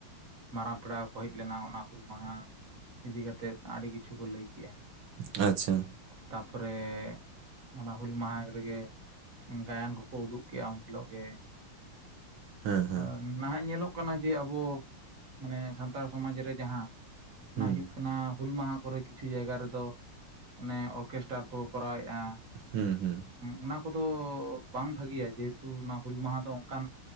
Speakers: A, on the right (about 45°); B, on the right (about 65°).
A: ᱢᱟᱨᱟᱝ ᱯᱮᱲᱟ ᱠᱚ ᱠᱚ ᱦᱮᱡ ᱞᱮᱱᱟ ᱚᱱᱟ ᱦᱩᱞ ᱢᱟᱦᱟ ᱤᱫᱤ ᱠᱟᱛᱮᱫ ᱟᱹᱰᱤ ᱠᱤᱪᱷᱩ ᱠᱚ ᱞᱟᱹᱭ ᱠᱮᱫᱟ
B: ᱟᱪᱷᱟ
A: ᱛᱟᱨ ᱯᱚᱨᱮ ᱚᱱᱟ ᱦᱩᱞ ᱢᱟᱦᱟ ᱨᱮᱜᱮ ᱜᱟᱭᱟᱱ ᱠᱚᱠᱚ ᱩᱫᱩᱜ ᱠᱮᱫᱟ ᱩᱱ ᱦᱤᱞᱚᱜ ᱜᱮ
B: ᱦᱮᱸ ᱦᱮᱸ
A: ᱟᱨ ᱱᱟᱦᱟᱜ ᱧᱮᱞᱚᱜ ᱠᱟᱱᱟ ᱡᱮ ᱟᱵᱚ ᱢᱟᱱᱮ ᱥᱟᱱᱛᱟᱲ ᱥᱚᱢᱟᱡᱽ ᱨᱮ ᱡᱟᱦᱟᱸ ᱚᱱᱟ
B: ᱦᱩᱸ
A: ᱦᱩᱭᱩᱜ <inaudible> ᱦᱩᱞ ᱢᱟᱦᱟ ᱠᱚᱨᱮ ᱠᱤᱪᱷᱩ ᱡᱟᱭᱜᱟ ᱨᱮᱫᱚ ᱚᱱᱮ ᱚᱨᱠᱮᱥᱴᱟᱨ ᱠᱚ ᱠᱚᱨᱟᱣ ᱮᱫᱟ
B: ᱦᱩᱸ ᱦᱩᱸ
A: ᱚᱱᱟ ᱠᱚᱫᱚ ᱵᱟᱝ ᱵᱷᱟᱹᱜᱤᱭᱟ ᱡᱮᱦᱮᱛᱩ ᱚᱱᱟ ᱦᱩᱞ ᱢᱟᱦᱟ ᱫᱚ ᱚᱱᱠᱟᱱᱼᱼ